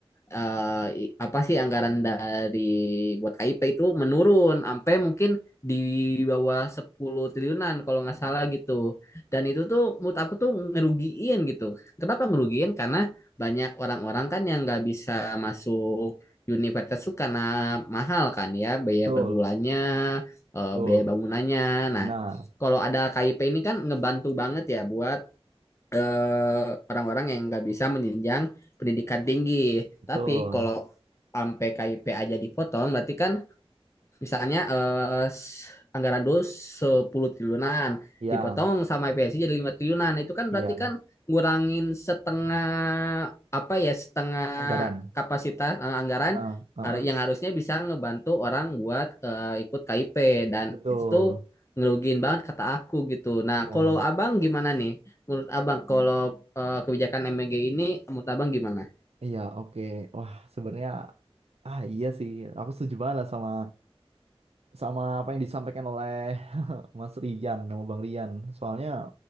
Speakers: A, on the left; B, on the right.
A: eh, i- apa sih anggaran dari buat KIP itu menurun sampai mungkin di bawah 10 triliunan kalau nggak salah gitu. Dan itu tuh menurut aku tuh ngerugiin gitu Kenapa ngerugiin? Karena banyak orang-orang kan yang nggak bisa masuk universitas tuh karena mahal kan ya biaya
B: betul,
A: per bulannya, eh,
B: betul,
A: biaya bangunannya. Nah,
B: benar,
A: kalau ada KIP ini kan ngebantu banget ya buat eh, orang-orang yang nggak bisa menjenjang pendidikan tinggi.
B: betul.
A: Tapi kalau sampai KIP aja dipotong, berarti kan Misalnya eh, s- anggaran dulu 10 triliunan
B: Iya,
A: dipotong sama IPSI jadi 5 triliunan. Itu kan
B: iya,
A: berarti kan ngurangin setengah apa ya setengah
B: anggaran.
A: kapasitas eh, anggaran
B: Heeh, heeh,
A: har- yang harusnya bisa ngebantu orang buat eh, ikut KIP dan
B: betul,
A: itu tuh ngerugiin banget kata aku gitu. Nah,
B: benar.
A: kalau Abang gimana nih? Menurut Abang kalau eh, kebijakan MEG ini menurut Abang gimana?
B: Iya, oke. Wah, sebenarnya ah iya sih, aku setuju banget lah sama sama apa yang disampaikan oleh eh, Mas Rian, sama Bang Rian. Soalnya